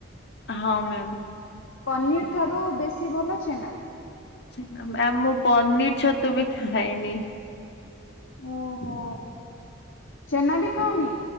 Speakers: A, on the left (about 55°); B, on the left (about 80°).
A: ହଁ ମ୍ୟାମ୍।
B: ପନିର ଠାରୁ ବେଶୀ ଭଲ ଛେନା।
A: ଛେନା ମ୍ୟାମ ମୁଁ ପନିର ଛତୁ ବି ଖାଏନି।
B: ଓହୋ ଛେନା ବିି ଖାଅନି?